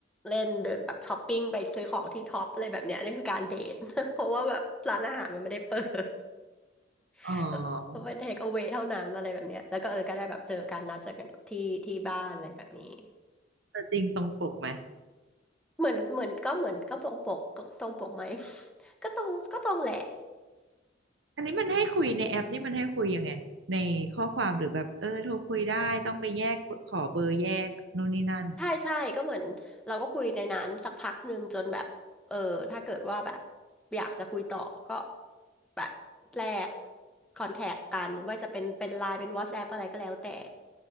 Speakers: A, in the centre; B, on the right.
A: เล่นเดินแบบช้อปปิ้งไปซื้อของที่ท็อปอะไรแบบเนี้ยนี่คือการเดท <laughs> เพราะว่าแบบร้านอาหารมันไม่ได้เปิด <laughs>
B: อ๋อ
A: มันเป็นเทคเอาเวเท่านั้นอะไรแบบเนี้ยแล้วก็เออก็ได้แบบเจอกันนัดเจอกันที่ที่บ้านอะไรแบบนี้
B: แต่จริงตรงปกไหม
A: เหมือนเหมือนก็เหมือนก็ตรงปกตรงปกไหม <laughs> ก็ตรงก็ตรงแหละ
B: อันนี้มันให้คุยในแอปนี่มันให้คุยยังไงในข้อความหรือแบบเออโทรคุยได้ต้องไปแยกขอเบอร์แยกนู่นนี่นั่น
A: ใช่ใช่ก็เหมือนเราก็คุยในนั้นสักพักหนึ่งจนแบบเออถ้าเกิดว่าแบบอยากจะคุยต่อก็แบบแลกคอนแทคกันว่าจะเป็นเป็นไลน์เป็น WhatsApp อทส์แอปอะไรก็แล้วแต่